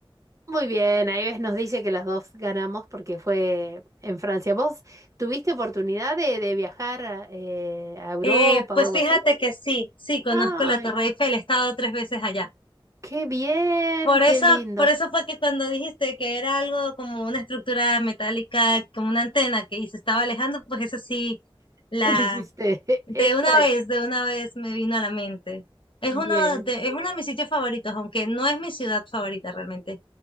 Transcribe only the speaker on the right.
Muy bien, ahí ves, nos dice que las dos ganamos porque fue en Francia. ¿Vos tuviste oportunidad de, de viajar eh, a Europa
o algo
así?
¡Ay,
qué bien!
¡Qué
lindo!
<laughs> Dijiste,
esto
es
bien.